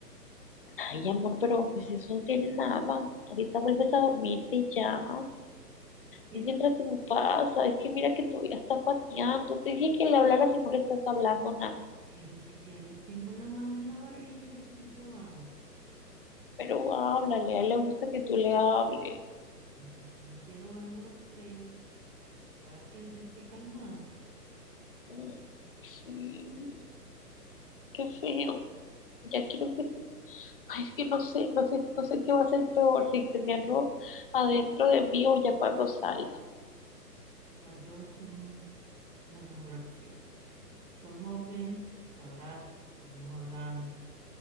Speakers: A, on the left (about 40°); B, on the right (about 65°).
A: Ay, amor, pero pues eso no tiene nada. Ahorita vuelves a dormirte y ya.
B: Oye,
A: Es mientras se me pasa, es que mira que todavía está pateando. Te dije que le hablara si no le estás hablando nada.
B: Pero si ya le tengo la mano en la barriga y le estoy sobando.
A: Pero háblale, a él le gusta que tú le hables.
B: Pero aquí estamos dialogando los tres para que él se esté calmando.
A: Mm, Sí, qué feo. Ya quiero que se Ay, es que no sé, no sé, no sé qué va a ser peor, sin tenerlo adentro de mí o ya cuando salga.
B: Las dos son la mejor opción. Todos modos, ven, te abrazo, seguimos hablando.